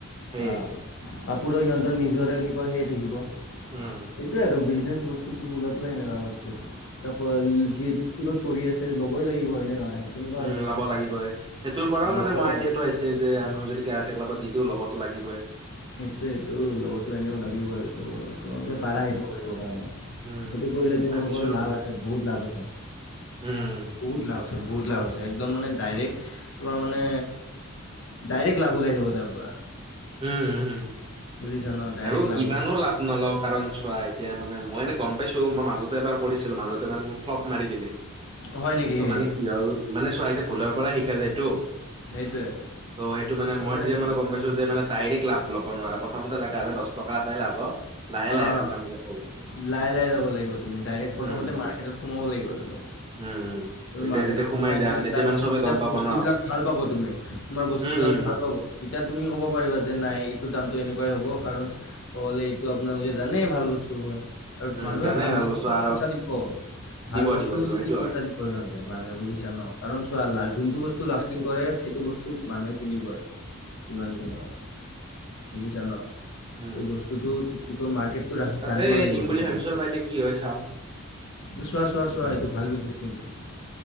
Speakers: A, on the right; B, on the left.
A: সেই
B: অঁহ কাপোৰো সিহঁতৰ নিজৰে কি কয় হেৰি থাকিব
A: উম,
B: সেইটোৱে আৰু বিজনেচ বস্তুটো বোলাটোৱে এনেকা বস্তু ত'
A: উম।
B: যিহেতু স্কুলত পঢ়ি আছে লবই লাগিব হয় নে নহয়? তেনেকুৱা
A: উম
B: হৈ যায়।
A: লব লাগিবই সেইটোৰ পৰাও
B: ল'বয়ে।
A: মানে মই আইদিয়াটো আহি ছে যে আমিও যদি কেৰাটে ক্লাবত দি দিওঁ লবতো লাগিবই।
B: সেইটোৱেটো লবটো এনেও লাগিব আৰু তোমালোকে
A: উম,
B: পাৰা সেইটো কৰিবৰ কাৰণে,
A: উম,
B: সেইটো কৰিলে
A: তাকে
B: তোমালোকৰ
A: ভাবিছো
B: লাভ আছে বহুত লাভ আছে।
A: উম উম।
B: বহুত লাভ বহুত লাভ আছে একম মানে ডাইক্ট তোমাৰ মানে ডাইৰেক্ট লাভ ওলাই যাব তাৰ পৰা।
A: উম উম উম,
B: বুজিছা ন ডাইৰেক্ট
A: আৰু
B: লাভ
A: ইমানো
B: ওলাই যাব
A: লাভ নলওঁ কাৰণ চোৱা এতিয়া মানে মই এনে গম পাইছো মই মাজতে এবাৰ কৰিছিলো মাজতে মানে মোক ফ্লপ মাৰি দিলে।
B: হয় নেকি
A: ত'
B: সেই
A: মানে কি হল মানে চোৱা এতিয়া ভুলৰ পৰা শিকা যায়তো।
B: সেইটোৱে
A: ত' সেইটো মানে
B: ল'ব
A: মই তেতিয়া
B: আহিবা
A: মানে গম পাইছো যে মানে ডাইৰেক্ট লাভ ল'ব নোৱাৰা প্ৰথমতে লগা হ'লে দহ টকা এটাই লাভ হওক লাহে
B: অ'
A: লাহে
B: অঁ,
A: মানে কাম বিলাক কৰিব লাগে।
B: লাহে লাহে লব লাগিব তুমি ডাইৰেক্ট
A: উম,
B: প্ৰথমতে
A: উম,
B: মাৰ্কেটত সোমাব লাগিব তুমি।
A: উম, উম,
B: তুমি
A: তেতিয়া
B: মাৰ্কেটত
A: যেতিয়া
B: সোমাই
A: যাম
B: কেনে
A: তেতিয়া
B: তাৰ
A: মানে
B: পিছত
A: চবে
B: যেতিয়া
A: গম পাব
B: বস্তু
A: ন।
B: বিলাক ভাল পাব তুমি তোমাৰ বস্তু
A: উম,
B: বিলাক
A: উম।
B: ভাল পাব তেতিয়া তুমি ক'ব পাৰিবা যে নাই এইটো দামটো এনেকুৱাই হ'ব কাৰণ অলে এইটো আপোনালোকে জানেই ভাল বস্তু হয়। আৰু
A: উম,
B: মানুহে
A: জানে
B: ভাল বস্তু কাৰণে
A: আৰু
B: পইচা দিব। ভাল
A: দিব
B: বস্তু
A: দিব দিব
B: যদি
A: সেইটো
B: পইচা
A: হয়।
B: দিব ইহঁতে মানুহে বুজিছা ন কাৰণ চোৱা যোনটো
A: উম,
B: বস্তু লা ষ্টিং কৰে সেইটো বস্তু মানুহে কিনিবই যিমান যি নহওঁক বুজিছা ন?
A: উম,
B: এই বস্তুটো কি কয় মাৰ্কেটটো ৰাখি
A: তাকে
B: জানিব লাগিব
A: দিম বুলি
B: প্ৰথমতে।
A: ভাবিছো ৰ'বা এতিয়া কি হয় চাওঁ
B: চোৱা চোৱা
A: উম,
B: চোৱা সেইটো ভাল বিজনেচ কিন্তু